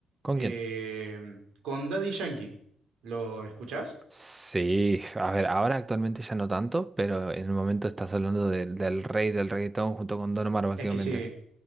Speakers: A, on the right (about 20°); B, on the right (about 75°).
A: ¿Con
B: eh,
A: quién?
B: con Daddy Yankee. ¿Lo escuchás?
A: Sí, a ver, ahora actualmente ya no tanto, pero en el momento estás hablando del del rey del reggaetón junto con Don Omar, básicamente.
B: Es que sí.